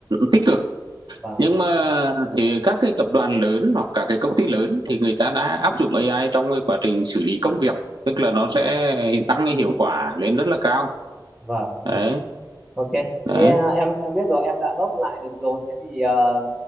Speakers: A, on the right (about 70°); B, in the centre.
A: tích cực,
B: Vâng,
A: nhưng mà thì các cái tập đoàn lớn hoặc cả cái công ty lớn thì người ta đã áp dụng AI trong cái quá trình xử lý công việc, tức là nó sẽ tăng cái hiệu quả lên rất là cao.
B: vâng,
A: Đấy,
B: vâng. Ok,
A: đấy,
B: thế à, em em biết rồi, em đã nốt lại được rồi. Thế thì ờ,